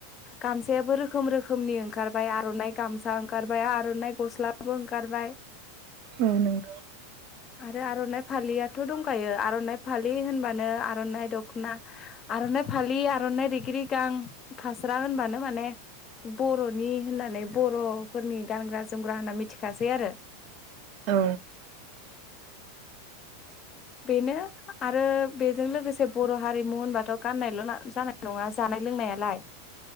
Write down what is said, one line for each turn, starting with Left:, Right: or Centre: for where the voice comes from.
Left: गामसायाबो रोखोम रोखोम रोखोमनि ओंखारबाय आर'नाइ गामसा ओंखारबाय आर'नाइ गस्लाबो ओंखारबाय
Right: औ नंगौ
Left: आरो आर'नाय फालिया थ' दंखायो आर'नाय फालि होनबानो आर'नाइ दख'ना आर'नाय फालि आर'नाय रिगि रिगां फास्रा होनबानो माने बर'नि होननानै बर'फोरनि गानग्रा जोमग्रा होनना मिथिखासै आरो
Right: औ
Left: बेनो आरो बेजों लोगोसे बर' हारिमु होनबाथ' गाननायल' जानाय नङा जानाय लोंनायालाय